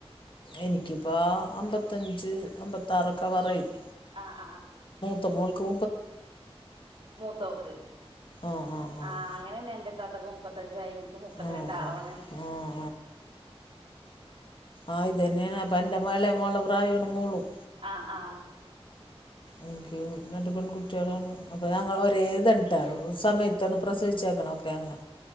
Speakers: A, on the left (about 50°); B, on the right (about 60°).
A: എനിക്കിപ്പം അമ്പത്തഞ്ച് അമ്പത്താറൊക്കെ പറയും
B: ആ ആ
A: ത്തമോൾക്കു
B: മൂത്തോക്ക്
A: ആഹ് ആഹ് ആഹ്
B: ആ അങ്ങനെന്നെ എന്റെ താത്താക്ക് മുപ്പത്തഞ്ചായി ഇൻക്ക് മുപ്പത്തിരണ്ടാവണ്.
A: ആഹ് ആഹ് ആഹ് ആ ഇതെന്നേണ് അപ്പെ <unintelligible> മോളെ പ്രായാണ് മോളും
B: ആഹ് ആഹ്
A: എൻക്കും രണ്ട് പെൺകുട്ട്യാളാണ് അപ്പം ഞങ്ങള് ഒരേതൺട്ടോ സമയത്താണ് പ്രസവിച്ചേക്കണൊക്കെ അങ്ങ്